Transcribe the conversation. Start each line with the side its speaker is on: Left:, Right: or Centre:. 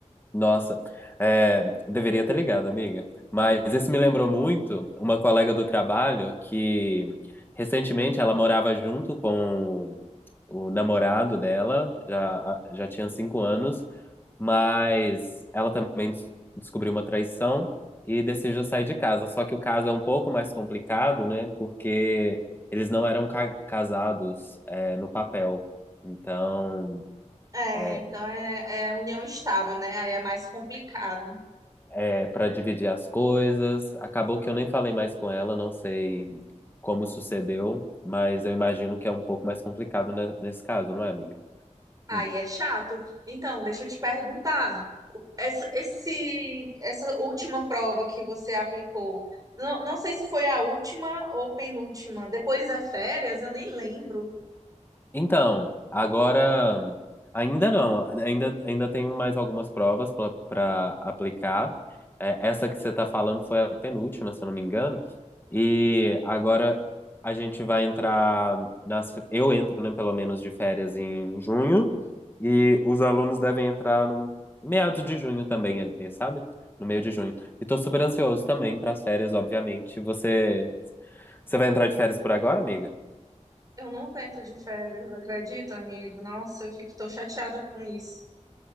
Left: nossa, é, deveria ter ligado, amiga. Mas isso me lembrou muito uma colega do trabalho que recentemente ela morava junto com o namorado dela, já, já tinha cinco anos, mas ela também des- descobriu uma traição e decidiu sair de casa. Só que o caso é um pouco mais complicado, né? Porque eles não eram ca- casados, é, no papel. Então.
Right: É,
Left: é,
Right: então é, é união estável, né? Aí é mais complicado.
Left: é, para dividir as coisas. Acabou que eu nem falei mais com ela, não sei como sucedeu, mas eu imagino que é um pouco mais complicado, né, nesse caso, não é, amiga?
Right: Aí
Left: Hum.
Right: é chato. Então, deixa eu te perguntar. Essa, esse, essa última prova que você aplicou, não, não sei se foi a última ou penúltima. Depois é férias, eu nem lembro.
Left: Então, agora ainda não, ainda, ainda tenho mais algumas provas para aplicar. É, essa que você está falando foi a penúltima, se eu não me engano. E agora a gente vai entrar nas, eu entro, né, pelo menos de férias em junho, e os alunos devem entrar no meados de junho também ali, sabe? No meio de junho. E tô super ansioso também para as férias, obviamente. Você, você vai entrar de férias por agora, amiga?
Right: Eu nunca entro de férias, acredita, amigo? Nossa, eu fico tão chateada com isso.